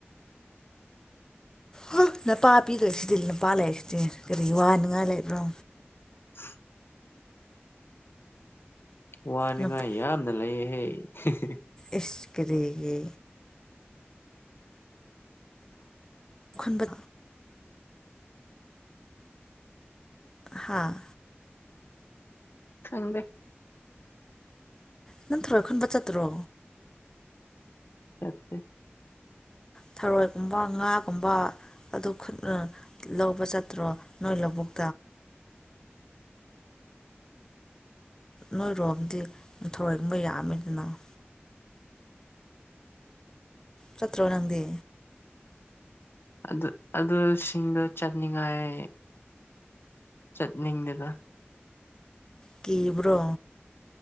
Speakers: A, on the left; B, on the left.
A: ꯍꯝ ꯅꯄꯥ ꯄꯤꯗꯣꯏꯁꯤꯗꯤ ꯂꯝꯄꯥ ꯂꯩꯁꯤꯗꯤ ꯀꯔꯤ ꯋꯥꯅꯤꯉꯥꯏ ꯂꯩꯕ꯭ꯔꯣ
B: <inaudible> ꯋꯥꯅꯤꯡꯉꯥꯏ
A: ꯅꯄꯥ
B: ꯌꯥꯝꯅ ꯂꯩꯌꯦꯍꯦ ꯍꯍ
A: ꯏꯁ ꯀꯔꯤꯒꯤ ꯈꯨꯟꯕ ꯍꯥꯥ
B: ꯈꯪꯗꯦ
A: ꯅꯪ ꯊꯔꯣꯏ ꯈꯨꯟꯕ ꯆꯠꯇ꯭ꯔꯣ
B: ꯆꯠꯇꯦ
A: ꯊꯔꯣꯏꯒꯨꯝꯕ ꯉꯥꯒꯨꯝꯕ ꯑꯗꯨ ꯈꯨꯠꯅ ꯂꯧꯕ ꯆꯠꯇ꯭ꯔꯣ ꯅꯣꯏ ꯂꯧꯕꯨꯛ
B: <inaudible>
A: ꯅꯣꯏꯔꯣꯝꯗꯤ ꯊꯔꯣꯏꯒꯨꯝꯕ ꯌꯥꯃꯤꯗꯅ ꯆꯠꯇ꯭ꯔꯣ ꯅꯪꯗꯤ
B: ꯑꯗꯨ ꯑꯗꯨꯁꯤꯡꯗꯣ ꯆꯠꯅꯤꯡꯉꯥꯏ ꯆꯠꯅꯤꯡꯗꯦꯗ
A: ꯀꯤꯕ꯭ꯔꯣ